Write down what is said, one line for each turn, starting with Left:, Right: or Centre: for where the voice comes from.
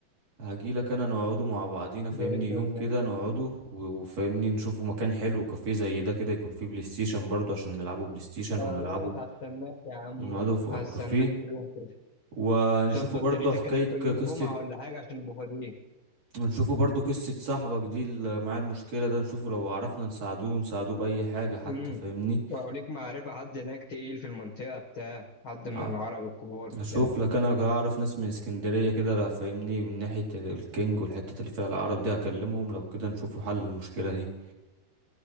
Right: هجيلك انا نقعدوا مع بعضينا
Left: بإذن
Right: فاهمني يوم
Left: الله
Right: كده نقعدوا و- وفاهمني نشوفوا مكان حلو كافيه زي ده كده يكون فيه بلاي ستيشن برضو عشان نلعبوا بلاي ستيشن
Left: خلاص
Right: ونلعبوا
Left: هستناك يا عم
Right: نقعدوا في الكافيه
Left: هستناك يوم كده
Right: ونشوفوا
Left: ظبط
Right: برضو
Left: دنيتك
Right: حكاية
Left: كده
Right: ك-
Left: كان يوم
Right: قصة
Left: جمعة ولا حاجة عشان نبقى فاضيين
Right: ونشوفوا برضو قصة صاحبك دي اللي معاه المشكلة ده نشوفه لو عرفنا نساعدوه نساعدوه بأي حاجة حتى
Left: امم
Right: فاهمني
Left: لو ليك معرفة حد هناك تقيل في المنطقة بتاع حد
Right: آه،
Left: من العرب الكبار
Right: اشوف
Left: بتاع
Right: لك انا اعرف ناس من اسكندرية كده لا فاهمني من ناحية الكينج والحتة اللي فيها العرب دي هكلمهم لو كده نشوفوا حل المشكلة دي